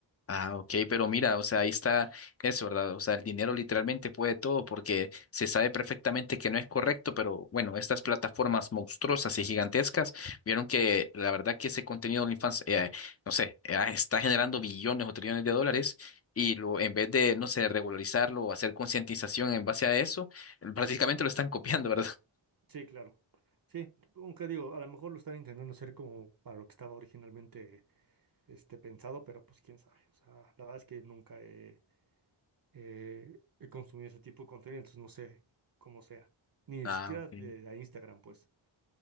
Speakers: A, on the left; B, on the right.
A: ah, ok, pero mira, o sea, ahí está eso, ¿verdad? O sea, el dinero literalmente puede todo porque se sabe perfectamente que no es correcto, pero bueno, estas plataformas monstruosas y gigantescas vieron que la verdad que ese contenido de OnlyFans, eh, no sé, eh, ah, está generando billones o trillones de dólares. Y lo, en vez de, no sé, regularizarlo o hacer concientización en base a eso, prácticamente lo están copiando, <laughs> ¿verdad?
B: Sí, claro. Sí, aunque digo, a lo mejor lo están intentando hacer como para lo que estaba originalmente este, pensado, pero pues quién sabe. O sea, la verdad es que nunca he, eh, he consumido ese tipo de contenido, entonces no sé cómo sea. Ni
A: Ah,
B: siquiera
A: ok.
B: de, de Instagram, pues.